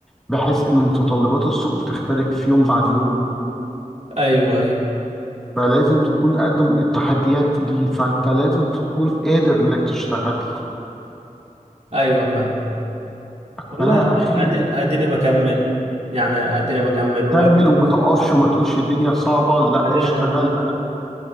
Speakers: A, in the centre; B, on the right.
A: بحيث ان متطلبات السوق بتختلف يوم بعد يوم
B: ايوه ايوه
A: فلازم تكون قد التحديات دي فانت لازم تكون قادر انك تشتغل
B: ايوه فاهم والله
A: فاخيرا
B: أد- اديني بكمل يعني اديني بكمل
A: كمل وما توقفش وما تقولش الدنيا صعبه لا
B: وادينا
A: اشتغل انا